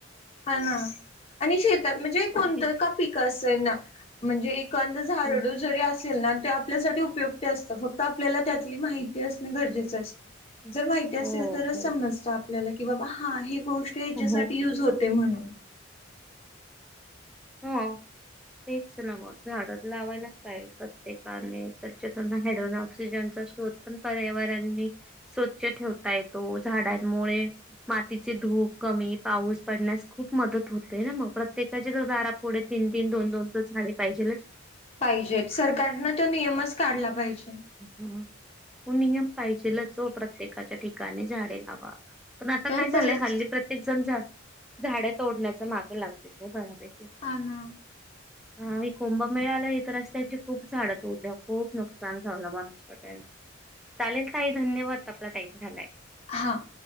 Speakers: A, on the left; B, in the centre.
A: हा ना आणि शेतात म्हणजे कोणतं
B: ते ती
A: का पिकं असंय ना म्हणजे एक कंद झारडू
B: हं,
A: जरी असेल ना ते आपल्यासाठी उपयुक्त असतं फक्त आपल्याला त्यातली माहिती असणे गरजेचे असते.
B: हं.
A: जर माहिती असेल
B: हो,
A: तरच
B: हो,
A: समजत. आपल्याला कि बा हा हे गोष्ट या्याच्यासाठी
B: हो,
A: युज होत. म्हणून
B: हो तेच ना मग झाड लावायलाच पाहिजे प्रत्येकाने तरच्या त्यांना हो हो तेच नव्ह झाडे लावायलाच पाहिजे प्रत्येकाने हायड्रोजन ऑक्सिजनचा शोध पण पर्यावरणनी स्वच्छ ठेवता येतो झाडांमुळे मातीचे धूप कमी पाऊस पडण्यास खूप मदत होतेय ना मग प्रत्येकाचे दारा पुढे तीन तीन दोन दोन तर झाडे पाहिजे.
A: पाहिजेत सरकारनं तो नियमच काढला पाहिजे.
B: अ नियम पाहिजेलच हो प्रत्येकाच्या ठिकाणी झाडे लावा. पण आता
A: तर
B: काय झालंय
A: परत
B: हल्ली प्रत्येक जण जा झाड तोडण्याच्या मागे लागली बऱ्यापैकी
A: हाना
B: हा कुंभमेळाला हे तरच त्यांची खूप झाडं त तोडल्या खूप नुकसान झालं माणूस त्यांच चालेल ताई धन्यवाद. झालाय.
A: हा